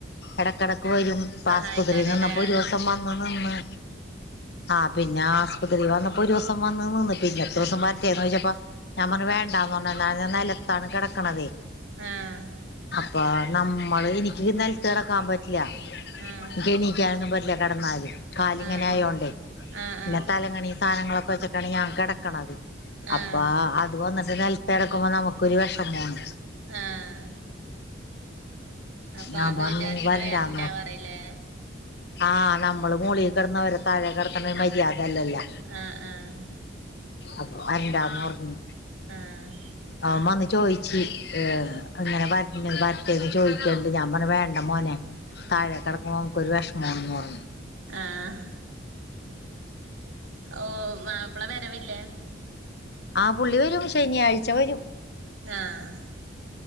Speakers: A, on the left (about 55°); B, on the right (about 85°).
A: എടക്കെടക്ക് വരും. ഇപ്പാസ്പത്രീന്ന്
B: സഹായിക്കാന്ല്ലേ
A: വന്നപ്പം ഒരൂസം വ ന്ന് നിന്ന്. ആഹ് പിന്നാസ്പത്രീന്ന് വന്നപ്പം ഒരൂസം വന്ന് നിന്ന് പിന്നെ എത്രൂസം വരറ്റെന്ന് ചോയിച്ചപ്പം ഞാൻ പർഞു വേണ്ടാന്ന് പർഞ് എന്താന്ന് നെലത്താണ് കെടക്കണതേ.
B: ആഹ്.
A: അപ്പോ നമ്മള് എനിക്ക് നെൽത്ത് കെടക്കാൻ പറ്റില്ല.
B: ആഹ്
A: എനിക്ക് എണീക്കാനൊന്നും പറ്റില്ല കെടന്നാല്. കാലിങ്ങനായോണ്ടേ
B: ആഹ് ആഹ് ആഹ്
A: പിന്നെ തലങ്ങണി സാനങ്ങളൊക്കെ വെച്ചക്കാണ് ഞാൻ കെടക്കണത്.
B: ആഹ്
A: അപ്പ
B: ആഹ്
A: അത് വന്ന് ദ് നെൽത്ത് കെടക്കുമ്പം നമുക്കൊരു വെഷമാണ്.
B: ആഹ് അപ്പൊ
A: ഞാൻ
B: അത്
A: പറഞ്
B: വിചാരിച്ചിട്ട്
A: വരണ്ടാന്ന്.
B: വരണ്ടാ പറയില്ലേ
A: ആഹ് നമ്മള് മോളിൽ കിടന്നവരെ താഴെ കിടത്തണത് മര്യാദ അല്ലല്ലോ.
B: ആഹ് ആഹ്.
A: അപ്പൊ വരണ്ടാന്ന് പർഞ്.
B: ആഹ്.
A: അവൻ വന്ന് ചോയിച്ച്, ഏഹ് ഇങ്ങനെ വര്ണ് വരട്ടേന്ന് ചോയിക്ണ്ട് ഞാൻ പറഞ്ഞു വേണ്ട മോനെ താഴെ കെടക്കുമ്പോ നമുക്ക് ഒരു വെഷമോണെന്ന് പറഞ്ഞു
B: ആഹ് ഓഹ് മാപ്പള വരവില്ലേ
A: ആഹ് പുള്ളി വരും ശനിയാഴ്ച വരും
B: ആഹ്